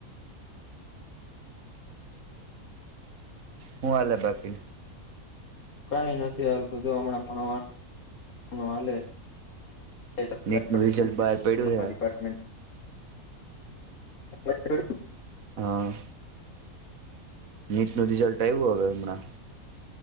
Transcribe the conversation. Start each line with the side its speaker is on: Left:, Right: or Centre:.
Right: હું અલે બાકી
Left: કઈ નથી હાલતું જો હમણાં પણ હાલે. સરાર
Right: નીટનું
Left: પટેલ
Right: રિઝલ્ટ બહાર પડ્યું હે
Left: ડીપાર્ટમેન્ટ બ
Right: હા. નીટનું રિઝલ્ટ આવ્યું હવે હમણાં.